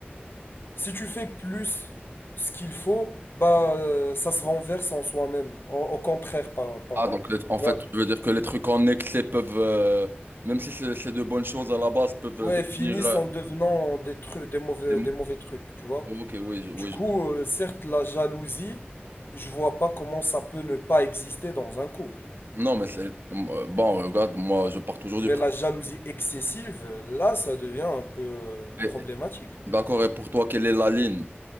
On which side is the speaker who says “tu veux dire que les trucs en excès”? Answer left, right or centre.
Right